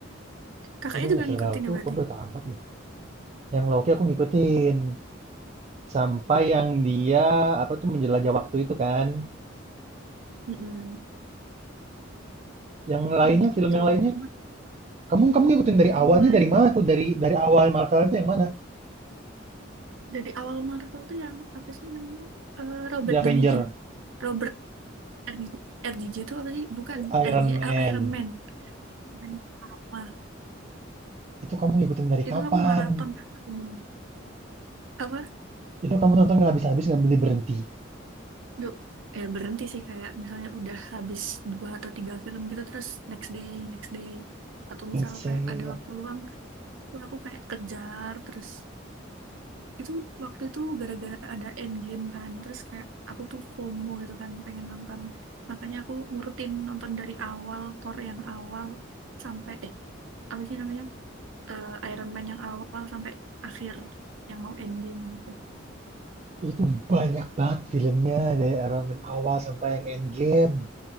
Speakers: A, on the right; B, on the right.
A: Kakaknya
B: Itu nggak
A: juga
B: serialku
A: ngikutin ya berarti.
B: aku udah tamat deh. Yang Loki aku ngikutin. Sampai yang dia apa tuh menjelajah waktu itu kan.
A: Mm-mm.
B: Yang lainnya,
A: Nah, di situ
B: film yang lainnya.
A: cuma
B: Kamu kamu ngikutin dari
A: film
B: awalnya
A: lain
B: dari mana tuh? Dari dari awal Marvel itu yang mana?
A: dari awal Marvel tuh yang apa sih namanya Eh, Robert
B: The Avenger,
A: Downey Jin- Robert RDJ, RDJ itu apa sih bukan
B: Iron
A: RDJ eh,
B: Man.
A: Iron Man Man pertama.
B: Itu kamu ngikutin dari
A: itu
B: kapan?
A: aku maraton Hmm. apa
B: Itu kamu nonton nggak habis-habis nggak berhenti berhenti.
A: du, ya berhenti sih kayak misalnya udah habis dua atau tiga film gitu terus next day next day atau
B: Buset.
A: misal kayak ada waktu luang tuh aku kayak kejar terus itu waktu itu gara-gara ada Endgame kan terus kayak aku tuh FOMO gitu kan pengen nonton makanya aku ngurutin nonton dari awal Thor yang awal sampai eh apa sih namanya Eh, Iron Man yang awal sampai akhir yang mau Endgame gitu
B: Itu banyak banget filmnya dari Iron Man awal sampai yang Endgame.